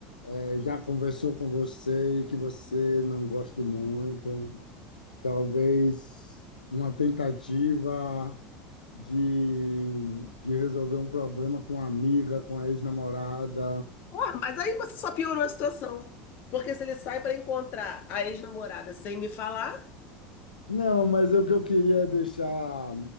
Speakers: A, on the left (about 80°); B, on the left (about 45°).
A: eh, já conversou com você e que você não goste muito. Talvez uma tentativa de, de resolver um problema com uma amiga, com a ex-namorada.
B: Porra, mas aí você só piorou a situação. Porque se ele sai pra encontrar a ex-namorada sem me falar,
A: Não, mas o que eu queria deixar,